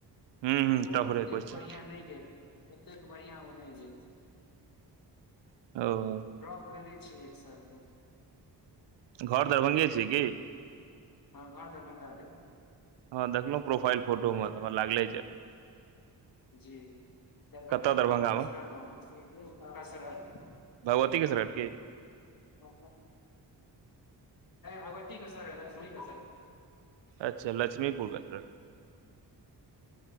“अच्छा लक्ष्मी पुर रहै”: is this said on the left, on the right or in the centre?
Right